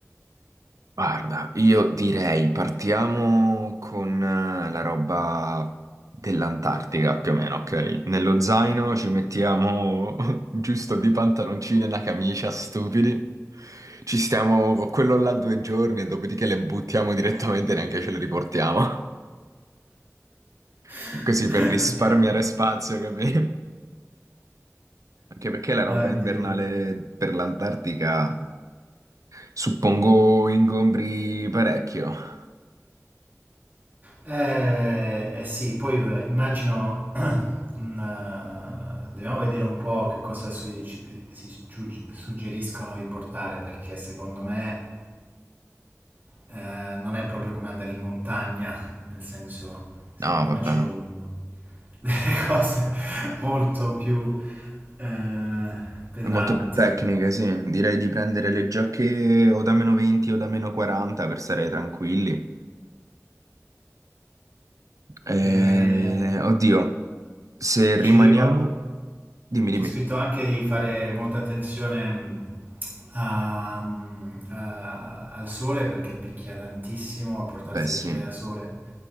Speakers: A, on the right; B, on the right.
A: Guarda, io direi partiamo con eh, la roba dell'Antartica più o meno, ok? Nello zaino ci mettiamo <laughs> giusto di pantaloncini e una camicia, stupidi. Ci stiamo con quello là due giorni e dopodiché le buttiamo direttamente e neanche ce le riportiamo. <laughs>
B: <laughs>
A: Così per risparmiare spazio, capito? Anche perché la roba
B: Oddio.
A: invernale per l'Antartica suppongo ingombri parecchio.
B: Eh, eh sì, poi eh, immagino, mm, eh, dobbiamo vedere un po' che cosa su- ci- si giu- suggeriscono di portare, perché secondo me eh, non è proprio come andare in montagna, nel senso, secondo
A: No, vabbè.
B: me ci vogliono... delle <laughs> cose molto più eh, pesanti.
A: Molto più tecniche, sì. Direi di prendere le giacche o da meno 20 o da meno 40 per stare tranquilli. Eh,
B: E
A: oddio, se
B: ci
A: rimaniamo...
B: va.
A: Dimmi,
B: C'è
A: dimmi.
B: scritto anche di fare molta attenzione mh, a- mm, a- al sole perché picchia tantissimo, portarsi
A: Beh, sì.
B: occhiali da sole,